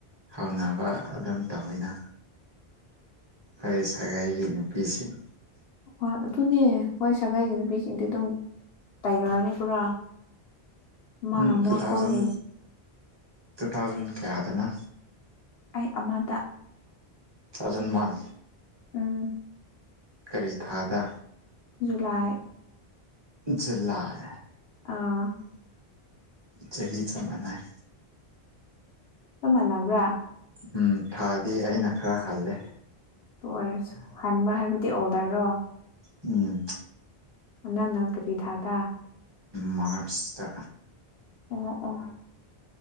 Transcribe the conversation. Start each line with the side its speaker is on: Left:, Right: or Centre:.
Right: ꯍꯧꯅꯕ ꯑꯗꯨꯝ ꯇꯧꯋꯤꯅ ꯑꯩ ꯁꯥꯒꯩꯒꯤ ꯅꯨꯄꯤꯁꯤꯡ
Left: ꯍꯣꯏ ꯑꯗꯨꯅꯦ ꯍꯣꯏ ꯁꯒꯥꯏꯒꯤ ꯅꯨꯄꯤꯁꯤꯡꯗꯤ ꯑꯗꯨꯝ ꯇꯥꯏꯒ꯭ꯔꯅꯦ ꯄꯨꯔꯥ ꯃꯥ
Right: ꯎꯝ
Left: ꯃꯣꯏ
Right: ꯇꯨ ꯊꯥꯎꯖꯟ
Left: ꯈꯣꯏ
Right: ꯇꯨ ꯊꯥꯎꯖꯟ ꯀꯌꯥꯗꯅ
Left: ꯑꯩ ꯑꯃꯗ
Right: ꯊꯥꯎꯖꯟ ꯋꯥꯟ
Left: ꯎꯝ
Right: ꯀꯔꯤ ꯊꯥꯗ
Left: ꯖꯨꯂꯥꯏ
Right: ꯖꯨꯂꯥꯏ
Left: ꯑꯥ
Right: ꯆꯍꯤ ꯆꯞ ꯃꯅꯩ
Left: ꯆꯥꯞ ꯃꯥꯟꯅꯕ꯭ꯔꯥ
Right: ꯎꯝ ꯊꯥꯗꯤ ꯑꯩꯅ ꯈꯔ ꯍꯜꯂꯦ
Left: ꯑꯗꯨ ꯑꯣꯏꯔꯁꯨ ꯍꯟꯕ ꯍꯥꯏꯕꯗꯤ ꯑꯣꯔꯗ꯭ꯔꯔꯣ
Right: ꯎꯝ
Left: ꯅꯪꯅ ꯀꯔꯤ ꯊꯥꯗ
Right: ꯃꯥꯔ꯭ꯆꯇꯥ
Left: ꯑꯣ ꯑꯣ